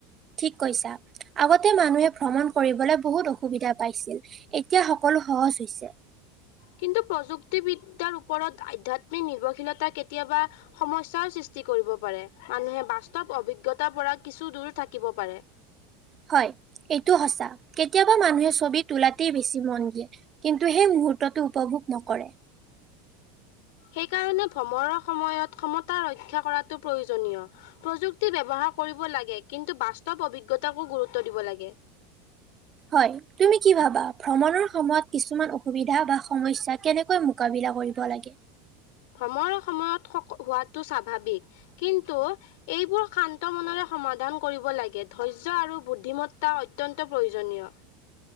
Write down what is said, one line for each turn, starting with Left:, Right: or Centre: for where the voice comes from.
Right: ঠিক কৈছা। আগতে মানুহে ভ্ৰমণ কৰিবলৈ বহুত অসুবিধা পাইছিল এতিয়া সকলো সহজ হৈছে।
Left: কিন্তু প্ৰযুক্তিবিদ্যাৰ ওপৰত আধ্যাত্মিক নিৰ্ভৰশীলতা কেতিয়াবা সমস্যাৰ সৃষ্টি কৰিব পাৰে। মানুহে বাস্তৱ অভিজ্ঞতাৰ পৰা কিছু দূৰ থাকিব পাৰে।
Right: হয় এইটো সঁচা, কেতিয়াবা মানুহে ছবি তোলাতেই বেছি মন দিয়ে। কিন্তু সেই মূহোততো উপভোগ নকৰে।
Left: সেইকাৰণে ভ্ৰমণৰ সময়ত ক্ষমতা ৰক্ষা কৰাটো প্ৰয়োজনীয়। প্ৰযুক্তি ব্যৱহাৰ কৰিব লাগে কিন্তু বাস্তৱ অভিজ্ঞতাকো গুৰুত্ব দিব লাগে।
Right: হয়। তুমি কি ভাবা ভ্ৰমণৰ সময়ত কিছুমান অসুবিধা বা সমস্যা কেনেকৈ মোকাবিলা কৰিব লাগে।
Left: সময়ত সময়ত সক হোৱাটো স্বাভাৱিক কিন্তু‌ এইবোৰ শান্ত মনেৰে সমাধান কৰিব লাগে ধৈৰ্য্য আৰু বুদ্ধিমত্তা অত্যন্ত প্ৰয়োজনীয়।